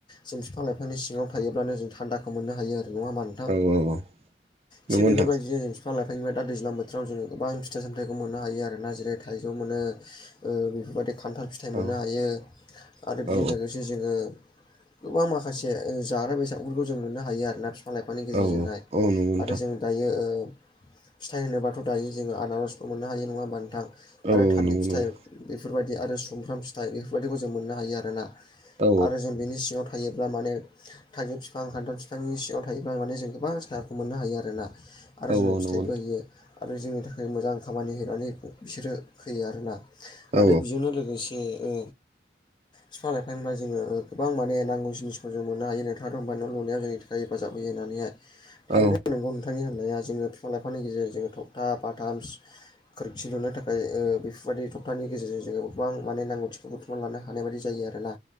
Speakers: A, on the left (about 25°); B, on the right (about 35°).
A: जों बिफां लाइफांनि सिङाव थायोब्लानो जों थान्दाखौ मोननो हायो आरो नङा होनबा नों थां
B: औ औ औ नंगौ
A: थिग बेफोरबायदिनो
B: नोंथां
A: फां लाायफांनिबाय दा दैज्लां बोथोराव जोङो गोबां फिाइ सामथायखौ मोननो हायो आरोना जेरै थाइजौ मोनो। ओ बेफोरबायाददि खान्थाल फिथाइ मोननो
B: औ
A: हायो आरो बेजों
B: औ
A: लोगोसे जे जोङो गोबां माखासे ओ जाग्रा बेसादफोरखौ जों नुनो हायो आरोना फि फां लाइफांनि गेजेरजोंहाय
B: औ औ नंगौ नोंथां
A: आरो जों दायो ओ फिथाइ होनोबाथ' दायो जोङो आनारसबो मोननो हायो नङा होमबा नोंथां?
B: औ
A: आरो थालिद
B: नंगौ
A: फिथाइ
B: नंगौ
A: बेफोरबादि आरो सुमफ्राम फिथाइ बइफोरबादिखौ जों मोननो हायो आरोना।
B: औ
A: आरो जों बिनि सिङाव थायोब्ला माने थाइजौ फिफां खान्थाल फिफांनि सिङाव थायोब्ला माने जों गोबां सायाखौ मोननो हायो आरोना। आरो
B: औ
A: जोंनो फिथाइबो
B: नंगौ
A: होयो आरो जोंनि थाखाय मोजां खामानि होनानै बिसोरो होयो आरोना।
B: औ
A: आरो बिजोंनो लोगोसे ओ फिफां लाफांनिबा जोङो ओ गोबां माने नांगौ जिनिसफोर जों मोननो हायो नोंथाङाथ' बुंबाय न' लुनायाव जोंनि हाय हेफाजाब होयो होननानैहाय थारैनो
B: औ
A: नंगौ नों थांनि होननाया जोङो फिफां लाइफांनि गेजेरजों जोङो थखथा बाथाम खोरखि लुनो थाखाय ओ बेफोरबादि थपथानि गेजेरजों जोङो गोबां माने नांगौथि बुथुमना लानो हानाय बादि जायो आरोना